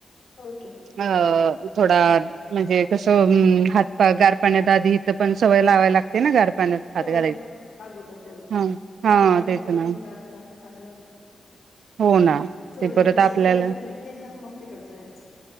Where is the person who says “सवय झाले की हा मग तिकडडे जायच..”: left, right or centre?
Left